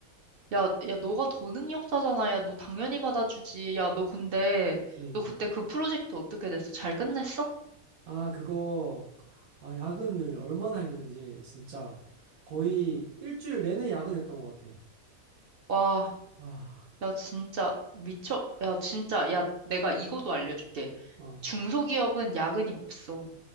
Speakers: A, on the right (about 50°); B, on the right (about 85°).
A: 야, 야, 너가 더 능력자잖아. 야, 너 당연히 받아주지. 야, 너 근데,
B: 음.
A: 너 그때 그 프로젝트 어떻게 됐어? 잘 끝냈어?
B: 아, 그거, 아, 야근을 얼마나 했는지, 진짜. 거의 일주일 내내 야근했던 것 같아.
A: 와,
B: 아,
A: 야, 진짜 미쳐. 야, 진짜, 야, 내가 이거도 알려줄게.
B: 어.
A: 중소기업은 야근이 없어.